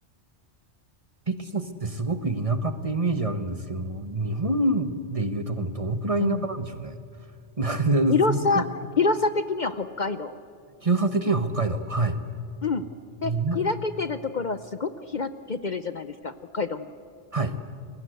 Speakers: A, on the right; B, on the left.
A: テキサスってすごく田舎ってイメージあるんですけども、日本でいうとこのどのくらい田舎なんでしょうね。
B: うん、
A: な <laughs>
B: 広さ、広さ的には北海道。
A: 広さ的には北海道。はい。
B: うん。で、
A: いな、
B: 開けてるところはすごく開けてるじゃないですか、北海道も。
A: はい。